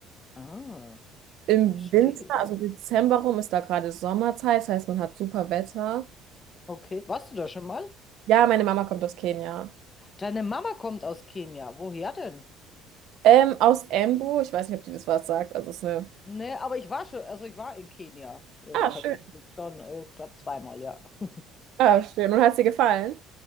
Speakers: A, on the left (about 20°); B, on the right (about 55°).
A: Ah,
B: Im
A: verstehe.
B: Winter, also Dezember rum, ist da gerade Sommerzeit. Das heißt, man hat super Wetter.
A: Okay, warst du da schon mal?
B: Ja, meine Mama kommt aus Kenia.
A: Deine Mama kommt aus Kenia. Woher denn?
B: Ähm, aus Embu. Ich weiß nicht, ob die das was sagt. Also es ist eine.
A: Nee, aber ich war schon, also ich war in Kenia äh,
B: Ah,
A: tatsächlich
B: schön.
A: schon, äh, ich glaube zweimal, ja. <laughs>
B: Ah, schön. Und hat sie gefallen?